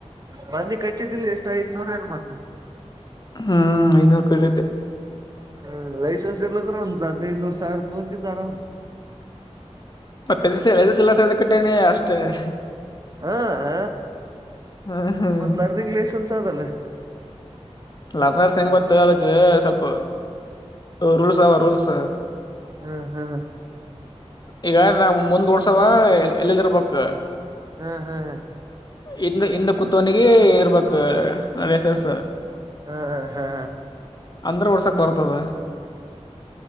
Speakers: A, on the right; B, on the left.
A: ಮಂದಿ ಕಟ್ಟಿದಿಲ್ಲ ಎಷ್ಟು ಐದ್ನೂರ ಏು ಮತ್ತೆ
B: ಹ್ಮ್ ಐನೂರು ಕಟ್ಟಿದ್ದೆ
A: ಹ ಲೈಸನ್ ರು ಅಂತದೈನೂರು ಸಾವಿರ ತಗಂತಿದಾರ
B: ಮತ್ತೆ ಸಳೆದು ಸಿಲ ಸ ಕಟ್ಟನೆ ಅಷ್ಟು <unintelligible>
A: ಹ ಹ
B: ಹ್ಮ ಹ್ಮ್
A: ಮತ್ ಲರ್ನಿಂಗ್ ಲೈಸೆನ್ಸ್ ಅದಲ್ಲ
B: ಲರ್ನರ್ಸ್ ಹೆಂಗ್ ಗೊತ್ತು ಅದಕ್ ಸ್ವಲ್ಪ ರೂಲ್ಸ್ ಅವವಾ ರೂಲ್ಸ್
A: ಹ್ಮ್ ಹ್ಮ್ ಹ
B: ಈಗ ನಾವ್ ಮುಂದ್ ವರ್ಸವ ಎಲ್ಲದಿರ್ಬೇಕಕ್
A: ಹ್ಮ್ ಹ್ಮ್ ಹ್ಮ್
B: ಇಿಂದ <unintelligible> ಹಿಂದ ಕತ್ನಿಗೆ ಇರ್ಬೇಕ ಲೈಸೆನ್ಸ್
A: ಹ್ಮ್ ಹಾ
B: ಅಂದ್ರ ಒಡ್ಸಕ್ ಬರುತದ